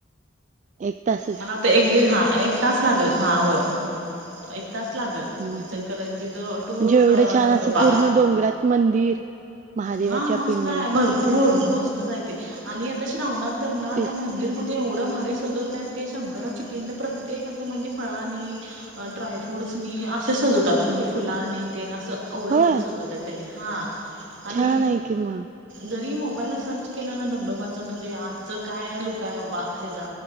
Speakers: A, on the right (about 40°); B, on the right (about 65°).
A: एक तास.
B: मला आता एक दीड हा एक तास लागल हा होय. एक तास लागल
A: हम्म
B: विचलकरंजी
A: हम्म.
B: टू
A: म्हणजे एवढं छान
B: दंडोबा.
A: असं पूर्ण डोंगरात. मंदिर. महादेवाच्या
B: हा मस्त
A: पिंड
B: आहे भरपूर मस्तचय आहे ते आणि आता श्रावणात त्याना
A: तेच
B: त्या मंदिर. मध्ये एवढं भारी सजवतात ते शंकराची पिंड प्रत्येक असं म्हणजे फळानी. ड्राय फ्रूट्सनी असे सजवतात म्हणजे फुलानी ते असं एवढं
A: होय
B: भारी सजवत. तर त्यानी हा. आणि
A: छान आहे कि मग.
B: जरी मोबाईलला सर्च केलं ना धंडोबाचं म्हणजे आजचं काय लोक. काय बाबा ह्याचा